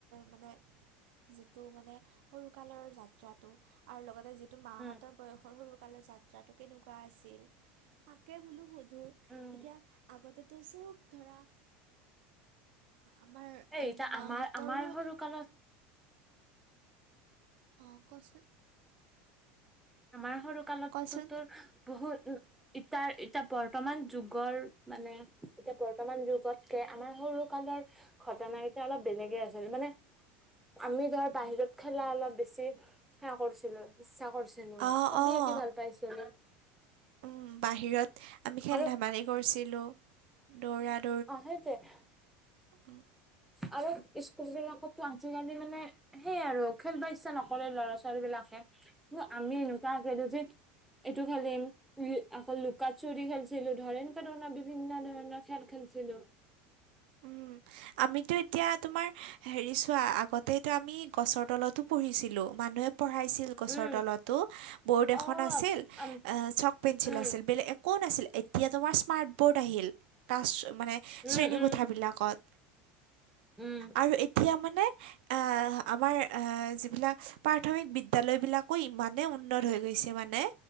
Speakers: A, on the right; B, in the centre.
A: মানে যিটো মানে সৰুকালৰ যাত্ৰাটো আৰু লগতে যিটো মাহঁতৰ
B: উম
A: বয়সৰ সৰুকালৰ যাত্ৰা যাটো কেনেকুৱা আছিল তাকে বোলো সোধো
B: উম
A: এতিয়া আগতেতো চব ধৰা আমাৰ
B: এই এতিয়া
A: মাহঁতৰো
B: আমাৰ আমাৰ সৰু কালত
A: অ', কচোন
B: আমাৰ সৰু কালততোৰ
A: কচোন
B: বহুত উ ইতাৰ এতিয়া বৰ্তমান যুগৰ মানে এতিয়া বৰ্তমান যুগতকে আমাৰ সৰু কালৰ ঘটনা কেইটা অলপ বেলেগে আছিল মানে আমি ধৰ বাহিৰত খেলা অলপ বেছি সেৱ কৰিছিলো ইচ্ছা কৰিছিলো
A: অঁ
B: তে ছবি
A: অঁ
B: আঁকি ভাল পাইছিলোঁ।
A: উম বাহিৰত আমি খেল
B: আৰু
A: ধেমালি কৰিছিলোঁ দৌৰাত
B: আহতে <unintelligible>
A: আ <unintelligible>
B: আৰু স্কুল বিলাকতো আজিকালি মানে সেইয় আৰু খেলবা ইচ্ছা নকৰে ল'ৰা ছোৱালী ছোৱালীবিলাকে কিন্ত আমি এনেকুৱা <unintelligible> যে এইটো খেলিম <unintelligible> আকৌ লুকা চুৰি খেলছিলো ধৰ এনেকুৱা ধৰণৰ বিভিন্ন ধৰণৰ খেল খেলছিলো।
A: উম। আমিতো এতিয়া তোমাৰ হেৰি চোৱা আগতেতো আমি গছৰ তলতো পঢ়িছিলোঁ মানুহে পঢ়াইছিল গছৰ
B: উম
A: তলতো ব'ৰ্ড এখন
B: অ
A: আছিল
B: উম
A: এ চক পেঞ্চিল
B: উম
A: আছিল বেলেগ একো কোন আছিল এতিয়া তোমাৰ স্মাৰ্ট বৰ্ড আহিল ক্লাছ মানে শ্ৰেণী
B: উম উম
A: কো বিলাকত
B: উম
A: আৰু এতিয়া মানে এ আমাৰ এ যিবিলাক প্ৰাথমিক বিদ্যালয়বিলাকো ইমানেই উন্নত হৈ গৈছে মানে